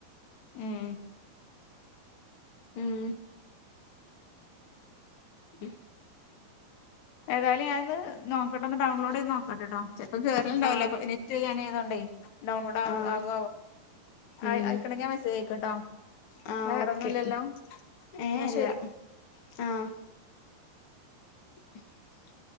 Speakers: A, on the left; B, on the left.
A: ഉം
B: ഉം ഉ
A: ഏതായും ഞാനന്ന് നോക്കട്ടൊന്ന് ഡൗൺലോഡ് ചെയ്ത് നോക്കട്ടെട്ടോ ചെപ്പോം കേറണ്ടാവല്ലോ
B: ആഹ്
A: നെറ്റ് ഞൻ ഏതണ്ട് ഡൗൺലോഡ് ആ
B: ആഹ്
A: ആക ആ
B: ഉം
A: ആയിക്കണമെങ്ക മെസ്സേജ് ആയക്കോട്ടോ
B: ആഹ്
A: വേറെ
B: ഓക്കെ
A: ഒന്നുംല്ലല്ലോ
B: ഏഹ്
A: എന്നാ
B: അല്ല
A: ശരി
B: ആഹ് <unintelligible>